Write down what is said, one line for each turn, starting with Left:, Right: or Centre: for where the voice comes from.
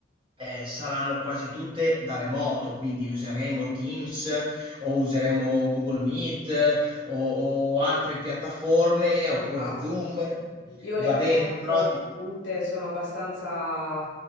Right: eh, saranno quasi tutte da remoto, quindi useremo Teams o useremo Google Meet eh, o, o altre piattaforme
Left: Fantastico.
Right: oppure Zoom.
Left: Io
Right: Va
Left: le conosco
Right: bene, però di-
Left: tutte, sono abbastanza